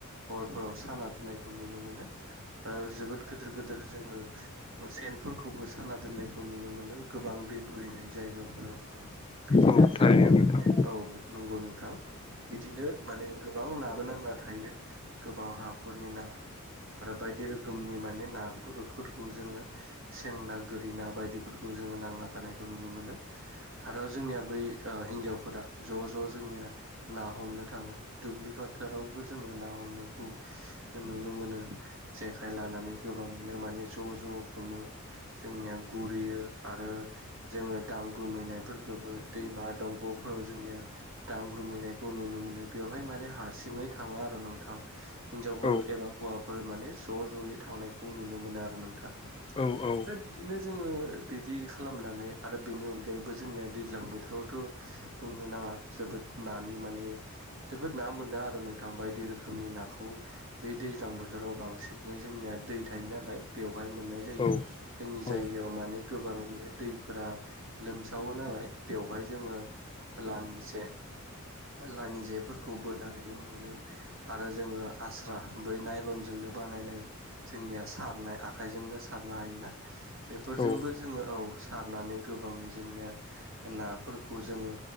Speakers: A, on the right (about 60°); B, on the left (about 25°).
A: हरफोराव साना दोननायखौ नुनो मोनो आ जोबोद गोदोर गोदोर जोङो सेनफोर खौबो साना दोननायखौ नुनो मोनो गोबां दै बोहैनाय जायगाफोराव बिदिनो
B: औ थारैनो
A: जोंनिया माने
B: नोंथां
A: औ नंगौ नंगौ नोंथां बिदिनो माने गोबां नाबो नांना थायो। गोबां हाखरनि ना आरो बायदि रो खोमनि माने नाफोरखौ जोङो सेंना, गोरि ना बायदिफोरखौ जोङो नांना थानायखौ नुनो मोनो आरो जोंनिया बै हिनजावफोरा ज' ज' जोंनिया ना हमनो थाङो दुब्लि फोथारावबो जो ना हमनाय नुनो मोनो जे खाइ लानानै गोबाङैनो माने ज' ज' हमो जोंनिया गुरैयो आरो जोङो दांग्रोमहैनायफोरखौबो दैमा दंग'फोराव जोंनिया दांग्रोमहैनायखौ नुनो मोनो बेयावहाय मान हारसिङै थाङा आरो नोंथां हिनजावफोरबा
B: औ
A: हौवाफोर माने ज' ज'यै थांनायखौ नुनो मोनो आरो नोंथां
B: औ औ
A: आरो बिदिनो जोङो बिदि खालामनानै आरो बेनि अनगायैबो जोंनिया दैलां बोथोरावथ' बुंनो नाङा जोबोद ना नि माने जोबोद ना मोनो आरो नोंथां बायदि रोखोमनि नाखौ बे दैज्लां बोथोराव बांसिन जोंनिया दै थायो नालाय बेवहाय मोननाय जायो
B: औ
A: जोंनि जायगायाव
B: औ
A: माने गोबाङै दैफोरा लोमसावो नालाय बेवहाय जोङो लाङि जे लाङि जेफोरखौ बोनानैबो मोनो आरो जोङो आस्रा बै नायलनजोंनो बानायनाय जोंनिया सारनाय आखाइजोंनो सारनो हायोना बेफोरजोंबो
B: औ औ
A: जोङो औ सारनानै गोबाङै जोंनिया नाफोरखौ जोङो